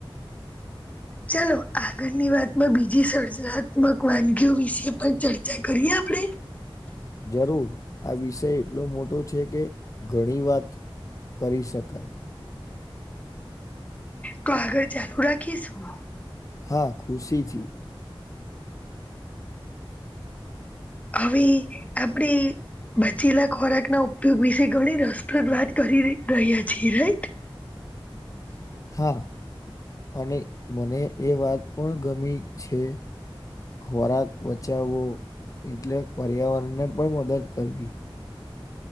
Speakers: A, on the left (about 15°); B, on the left (about 35°).
A: ચાલો આગળની વાતમાં બીજી સર્જનાત્મક વાનગીઓ વિશે પણ ચર્ચા કરીએ આપણે
B: જરૂર આ વિષય એટલો મોટો છે કે ઘણી વાત કરી શકાય.
A: તો આગળ ચાલુ રાખીશું.
B: હા ખુશીથી
A: હવે આપણે બચેલા ખોરાક ના ઉપયોગ વિશે ઘણી રસપ્રદ વાત કરી રહ્યા છીએ રાઈટ
B: હા અને મને એ વાત પણ ગમી છે. ખોરાક બચાવવો એટલે પર્યાવરણને પણ મદદ કરવી.